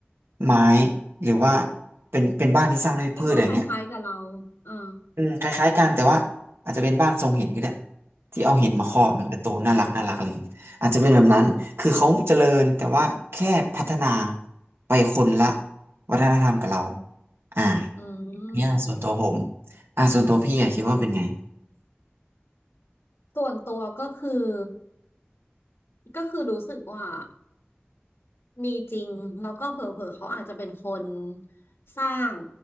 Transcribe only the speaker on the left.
คิดว่าคล้ายๆกับเราเออ
อ๋อ
อืม
ส่วนตัวก็คือก็คือรู้สึกว่า มีจริงแล้วก็เผลอๆเขาอาจจะเป็นคนสร้าง